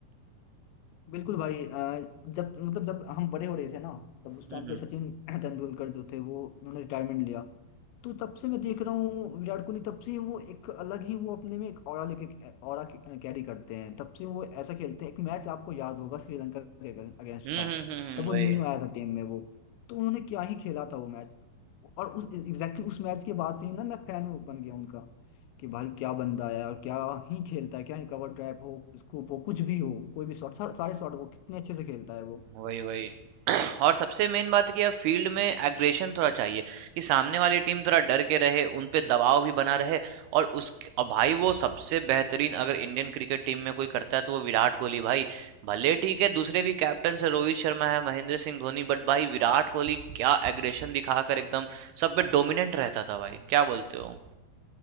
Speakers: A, on the left (about 80°); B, on the right (about 75°).
A: बिल्कुल भाई अ, जब मतलब जब हम बड़े हो रहे थे ना तब उस
B: हम्म
A: टाइम पे सचिन <clears throat> तेंदुलकर जो थे वो उन्होंने रिटायरमेंट लिया तो तब से मैं देख रहा हूँ विराट कोहली तब से वो एक अलग ही वो अपने में एक ऑरा लेके ऑरा कैरी करते हैं तब से वो ऐसा खेलते हैं एक मैच आपको याद होगा श्रीलंका के अगेंस्ट
B: हम्म
A: था
B: हम्म हम्म हम्म,
A: तब वो
B: वही
A: न्यू न्यू आया था टीम में वो तो उन्होंने क्या ही खेला था वो मैच और उस एग्जैक्टली उस मैच के बाद से ही ना मैं फैन बन गया उनका कि भाई क्या बंदा है और क्या ही खेलता है क्या ही कवर ड्राइव हो स्कूप हो कुछ भी हो कोई भी शॉट सारे शॉट वो कितने अच्छे से खेलता है वो
B: वही वही और सबसे मेन बात कि अब फील्ड में एग्रेशन थोड़ा चाहिए कि सामने वाली टीम थोड़ा डर के रहे उन पे दबाव भी बना रहे और उस और भाई वो सबसे बेहतरीन अगर इंडियन क्रिकेट टीम में कोई करता है तो वो विराट कोहली भाई भले ठीक है दूसरे भी कैप्टन से रोहित शर्मा है महेंद्र सिंह धोनी बट भाई विराट कोहली क्या एग्रेशन दिखाकर एकदम सब पे डोमिनेंट रहता था भाई क्या बोलते हो